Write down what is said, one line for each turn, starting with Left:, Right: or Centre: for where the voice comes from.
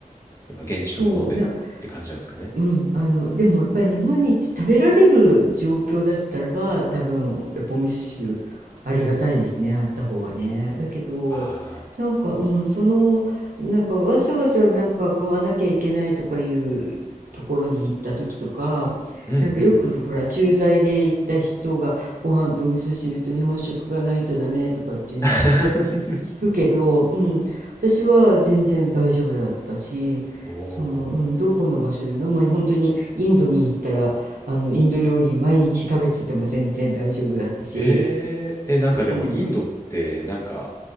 Left: やっぱ現地のものでって感じなんですかね。
Right: そうねうん、あの、でもやっぱり日本に行って食べられる状況だったらば、多分やっぱお味噌汁ありがたいですね、あった方がね。だけど、
Left: ああ、
Right: なんか、うん、その、なんかわざわざなんか買わなきゃいけないとかいうところに行った時とか、
Left: うんうんうんうん。
Right: なんかよくほら、駐在で行った人がご飯と味噌汁と日本食がないとダメとかっていうのはある、
Left: <laughs>
Right: 聞くけど、うん、私は全然大丈夫だったし、
Left: おー。
Right: その、うん、どこの場所でも、まあ、本当にインドに行ったら、あの、インド料理毎日食べてても全然大丈夫だったし、
Left: えー、え、なんかでもインドって、
Right: うん。
Left: なんか、